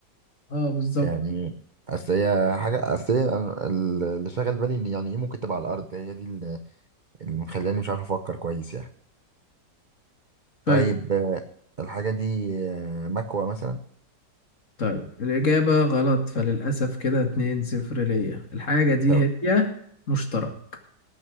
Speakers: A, on the left; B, on the right.
A: اه بالظبط
B: يعني أصل هي حاجة أصل هي أنا- ال- اللي شاغل بالي إن يعني إيه ممكن تبقى على الأرض هي دي ال- اللي مخلاني مش عارف أفكر كويس يعني
A: طيب
B: طيب آه، الحاجة دي آه، مكوى مثلا
A: طيب الإجابة غلط فللأسف كده 2-0 ليا الحاجة دي
B: طب
A: هي مشترك